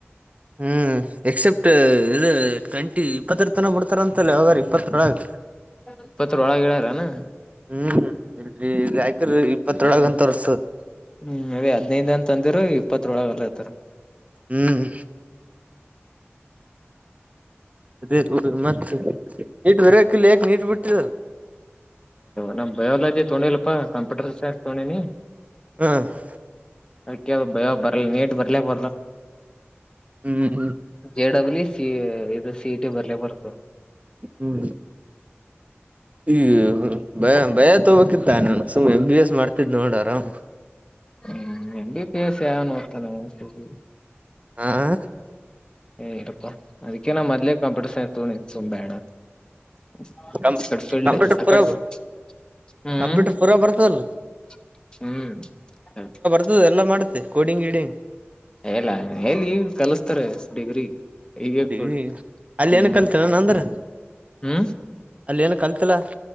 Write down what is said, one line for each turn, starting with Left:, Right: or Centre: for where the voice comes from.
Right: ಹ್ಮ್ ಎಕ್ಸೆಪ್ಟ್ ಇದ ಟ್ವೆಂಟಿ ಇಪ್ಪತ್ತರ ತನ ಬಿಡ್ತಾರಂತಲ್ಲ ಯಾವಾಗರ ಇಪ್ಪತ್ತರೊಳಗ.
Left: ಇಪ್ಪತ್ರೊಳಗೆಳ್ಯಾರನ.
Right: ಹ್ಮ್ ಇ ರಾಯಕರು ಇಪ್ಪತ್ತ್ರೊಳಗ ಅಂತ ತೋರ್ಸುತದ.
Left: ಹ್ಮ್ ಅದೆ ಹದಿನೈದು ಅಂತ ಅಂದಿರು ಇಪ್ಪತ್ತ್ರೊಳಗ್ ಅಲ್ಲಾರ್ತರ.
Right: ಹ್ಮ್ <unintelligible> ಮತ್ತ ನೀಟ್ ಬರೋಕಿಲ್ಲ ಯಕ್ ನೀಟ್ ಬಿಟ್ಟಿದ
Left: ನಮ್ಮ್ ಬಯೋಲಜಿ ತೊೊಂಡಿಿಲ್ಲಪ್ಪಾ ಕಂಪ್ಯೂಟರ್ ಸೈನ್ಸ್ ತಗೊಂಡಿನಿ
Right: <unintelligible>
Left: ಅದಕ್ಕೆ ಭಯ ಬರ್ಲ್ಲ ನೀಟ್ ಬರ್ಲಕ್ ಬರ್ಲ್ಲ
Right: ಹ್ಮ್ ಹ್ಮ್
Left: ಜೆ ಡಬ್ಲ್ಲು ಸಿ ಇದು ಸಿ ಟಿ ಬರ್ಲೇ ಬರ್ತು
Right: ಹ್ಮ್ ಈಯ ಭಯ ತೋಕಿತ್ತ ನ ಎಂ ಬಿ ಎಸ್ ಮಾಡ್ತಿದ್ ನೋಡ ಆರಾಮ್
Left: ಹ್ಮ್ ಎಂಬಿ ಬಸ್ಯನು ಒತಾನೆಿ <unintelligible>
Right: ಹಾ
Left: <unintelligible> ಇರಪ್ಪ ಅದಕ್ಕೆೆ ನ ಮಲ್ಲಿಯ ಕಾಪಡಸ ತುಣಿ ಸುಂಬಣ <unintelligible>
Right: ಕಂ ಕಂಪ್ಯೂಟರ್ ಪೂರಾ ಕಂಪ್ಯೂಟರ್
Left: <inaudible>
Right: ಪೂರಾ ಬರ್ತದಲ್ಲ
Left: ಹ್ಮ್
Right: ಅದು ಎಲ್ಲ ಮಾಡುತ್ತೆ ಕಡಿಂಗ್ ಗಿಡಿಂಗ್
Left: ಹೇಳ ಎ ಕಲಸ್ತಾರೆ ಡಿಗ್ರಿ ಈಗೀಗ
Right: ಡಿಗ್ರಿ
Left: ಕೊಡಿಂಗ್
Right: ಅಲ್ಲಿ
Left: <unintelligible>
Right: ಏನ ಕಲ್ತನ ಅಂದ್ರ
Left: ಹ್ಮ್
Right: ಅಲ್ಲಿ ಏನ ಕಲ್ತಿಲ್ಲ